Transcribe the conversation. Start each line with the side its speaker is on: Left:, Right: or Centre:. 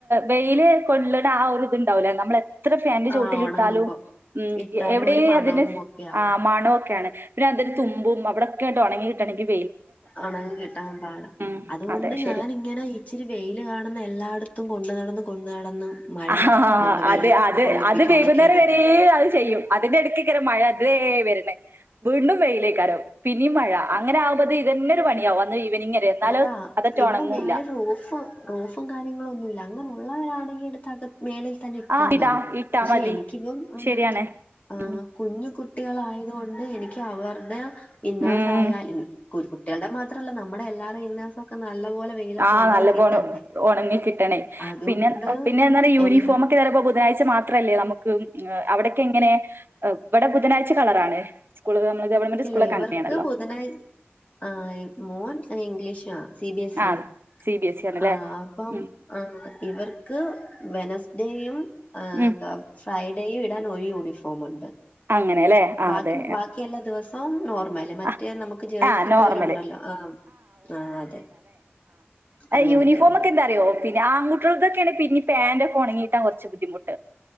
Right: വെയില് കൊള്ള്ണ ആ ഒര്തുണ്ടാവൂല നമ്മള ത്ര ഫാൻൻ്റെ
Left: ആ
Right: ചോട്ടിലിട്ടാലും
Left: ഉണങ്ങുമ്പോ
Right: ഉം
Left: ഇട്ടാലും
Right: എവിടെയേ
Left: ഒരു മണവും
Right: അതിൻ്റെ
Left: ഒക്കെ ആവും
Right: ആ മണൊക്കേണ്. പിന്നതിന് തുമ്പും അവിടൊക്കായിട്ട് ഉണങ്ങിക്കിട്ടണെങ്കിൽ
Left: ഒണങ്ങി കിട്ടാൻ പാട
Right: ഉം
Left: അതുകൊണ്ട്
Right: അതെ ശരി
Left: ഞാനിങ്ങനെ ഇച്ചിരി വെയില് കാണുന്ന എല്ലാടത്തും കൊണ്ട് നടന്ന് കൊണ്ട് നടന്ന് മഴ
Right: അഹഹ്ഹാ
Left: ഒന്ന് വെളി
Right: അത് അത്
Left: കൊള്ളിപ്പിക്കും
Right: അത് വെയ്കുന്നേരം
Left: ഉണക്കിയെടുക്കും
Right: വരേ അത് ചെയ്യും അതിന്റെടക്ക് ങ്കര മഴ ദേ വരണ് വീണ്ടും വെയിലേക്കാരം പിന്നീം മഴ അങ്ങനെ ആവുമ്പത്തേ ഇതെന്നെ പണിയാവും അന്ന് ഈവനിങ് വരെ എന്നാലോ
Left: അതാ
Right: അതറ്റെ
Left: ഇവിടെ
Right: ഒണങ്ങൂല്ല
Left: മേലെ റോഫ് റോഫും കാര്യങ്ങളൊന്നുല്ല അങ്ങനൊള്ളവരാണെങ്കി എടുത്ത് മേളിൽ തന്നിട്ടാ
Right: ആഹ് ഇടാ
Left: മതി
Right: ഇട്ടാ
Left: പക്ഷെ
Right: മതി
Left: എനിക്കിപ്പം ഉം
Right: ശരിയാണ്
Left: ആഹ്
Right: ഉം
Left: കുഞ്ഞു കുട്ടികളായത് കൊണ്ട് എനിക്ക് അവർടെ ഇന്നാസായാലും
Right: ഉം
Left: കു കുട്ട്യൾടെ മാത്രല്ല, നമ്മടെ എല്ലാടെ ഇന്നേർസൊക്കെ നല്ലപോലെ വെയിലത്ത്
Right: ആഹ്,
Left: ഉണങ്ങി
Right: നല്ല
Left: കിട്ടണ്ടേ
Right: പോണം ഒണങ്ങി കിട്ടണേ.
Left: അതുകൊണ്ട്
Right: പിന്നെ പിന്നെന്താണ് യൂനിഫോമൊക്കെ
Left: എല്ലാ
Right: ചെലപ്പോ ബുധനാഴ്ച മാത്രല്ലേ നമുക്ക് അവിടൊക്കെങ്ങനേ? ഇവടെ ബുധനാഴ്ച കളറാണ് സ്കൂള് നമ്മള് ഗവൺമെന്റ്
Left: ഇല്ല
Right: സ്കൂളൊക്കെ അങ്ങനെയാണല്ലോ
Left: <unintelligible> ആ മോൻ ഇംഗ്ലീഷാ സി ബി എസിയാ
Right: ആഹ് സി ബി എസ് ഇ ആണല്ലേ
Left: ആ അപ്പം
Right: ഉം
Left: ആ ഇവർക്ക് വെനസ്ഡേയും ആഹ്
Right: ഉം
Left: ന്താ ഫ്രൈഡേയും ഇടാൻ ഒരു യൂണിഫോമ്ണ്ട്
Right: അങ്ങനെല്ലേ ആഹ്
Left: ബാക്കി
Right: അതെ
Left: ബാക്കി എല്ലാ ദിവസവും ആം നോർമല്
Right: ആഹ്
Left: മറ്റേ നമുക്ക് ജേഴ്സി
Right: ആഹ് നോർമല്
Left: പോലൊണ്ടല്ലോ ആഹ് ആ അതെ
Right: ആ
Left: അങ്ങനത്തെ
Right: യൂണിഫോം
Left: ഉണ്ട്
Right: ഒക്കെ എന്താറിയോ പിന്നെ ആങ്കുട്ട്യൾതൊക്കെയാണ് പിന്നിം പാന്റൊക്കെ ഉണങ്ങിയിട്ടാൻ കുറച്ച് ബുദ്ധിമുട്ട്